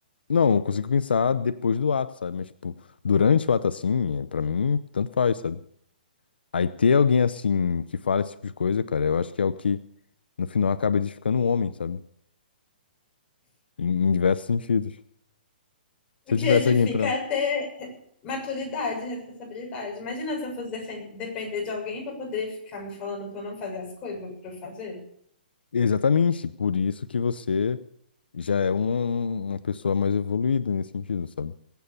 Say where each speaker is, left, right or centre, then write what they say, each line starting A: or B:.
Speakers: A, on the left (about 85°); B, on the left (about 20°).
A: Não, eu consigo pensar depois do ato, sabe? Mas, tipo, durante o ato assim, é, pra mim, tanto faz, sabe? Aí ter alguém assim que fala esse tipo de coisa, cara, eu acho que é o que no final acaba edificando um homem, sabe? Em, em diversos sentidos. Se
B: O
A: eu
B: que
A: tivesse
B: edifica
A: alguém para.
B: é ter maturidade, responsabilidade. Imagina se eu fosse defen- depender de alguém para poder ficar me falando para eu não fazer as coisas, para eu fazer.
A: Exatamente, por isso que você já é um, uma pessoa mais evoluída nesse sentido, sabe?